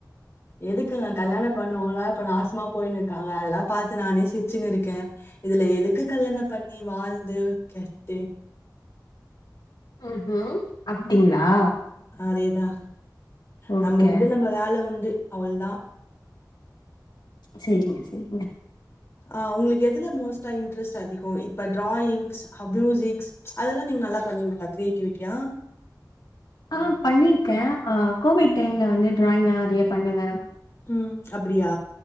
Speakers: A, on the left (about 35°); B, on the left (about 80°).
A: எதுக்கு கல்யாண பண்ணுனவங்கன இப்ப நாசமா போயின்னு இருக்காங்க அதெல்லா பாத்து நானே சிரிச்சுனு இருக்கே இதுல எதுக்கு கல்யாணம் பண்ணி வாழ்ந்து கெட்டு
B: ம்ஹ்ம் அப்டிங்களா
A: அதேதா
B: ஓகே
A: நம்ம உண்டு நம்ம வேல உண்டு அவள்தா
B: செரிங்க செரிங்க
A: ஆஹ் உங்களுக்கு எதுல மோஸ்ட்டா இன்ட்ரெஸ்ட் அதிக இப்ப டிராயிங்ஸ் மியூசிக்ஸ் அதெல்லா நீங்க நல்லா பண்ணுவீங்களா கிரியேட்டிவிட்டியா
B: ஆஹ் பண்ணிருக்கே ஆஹ் கோவிட் டைம்ல வந்து டிராயிங் நா நெறைய பண்ணுவே
A: உஹ்ம் அப்டியா